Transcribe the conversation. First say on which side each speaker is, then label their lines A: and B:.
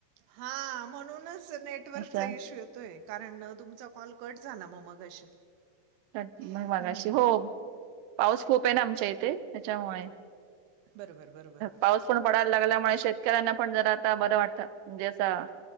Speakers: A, on the right; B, on the right.
A: हा, म्हणूनच नेटवर्कचा
B: असं
A: इश्यू येतोय कारण तुमचा कॉल कट झाला म मगाशी.
B: कट म
A: हं,
B: मगाशी
A: हं, हं.
B: हो, पाऊस खूप आहे ना आमच्या इथे, त्याच्यामुळे.
A: बरोबर बरोबर बरोबर
B: पाऊस पडून पडायला लागल्यामुळे शेतकऱ्यांना पण जरा आता बरं वाटतं. म्हणजे असं,